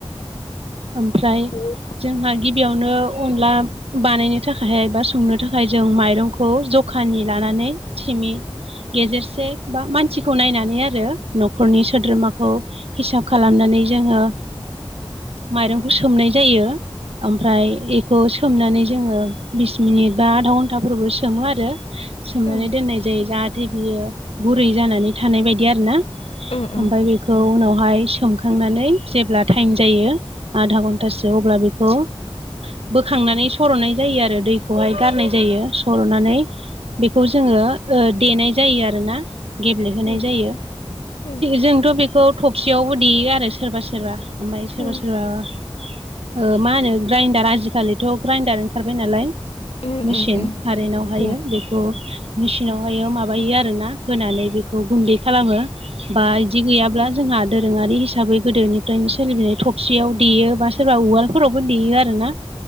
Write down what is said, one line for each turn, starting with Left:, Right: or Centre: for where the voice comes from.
Right: ओमफ्राय
Left: ओंख्रि
Right: जोंहा गिबियावनो अनला बानायनो थाखाय एबा संनो थाखाय जों माइरंखौ ज जखानि लानानै टिमि गेजेरसे बा मानसिखौ नायनानै आरो न'खरनि सोद्रोमाखौ हिसाब खालामनानै जोङो माइरंखौ सोमनाय जायो ओमफ्राय इखौ सोमनानै जोङो बिस मिनिट बा आधा घन्टाफोरबो सोमो आरो सोमनानै
Left: उम
Right: दोननाय जायो जाहाथे बियो गुरै जानानै थानाय बायदि आरोना
Left: उम उम
Right: ओमफ्राय बे खौ उनावहाय सोमखांनानै जेब्ला टाइम जायो आधा घन्टासो अब्ला बेखौ बोखांनानै सरनाय जायो आरो दैखौहाय गारनाय जायो सरनानै बेखौ जोङो ओ देनाय जायो आरोना गेब्ले होनाय
Left: उम
Right: जायो
Left: उम
Right: जोंथ बेखौ थबसियावबो देयो आरो सोरबा सोरबा ओमफ्राय सोरबा
Left: उम
Right: सोरबा ओ मा होनो ग्राइडार आजिखालिथ ग्राइडार ओंखारबाय नालाय
Left: उम उम
Right: मेसिन
Left: उम
Right: कारेन्टवहायो
Left: औ उम
Right: बेखौ मेसिनावहायो माबायो आरोना होनानै बेखौ गुन्दै खालामो बा बिदि गैयाब्ला जोंहा दोरोङारि हिसाबै गोदोनिफ्रायनो सोलिबोनाय थबसियाव देयो बा सोरबा उवालफोरावबो देयो आरोना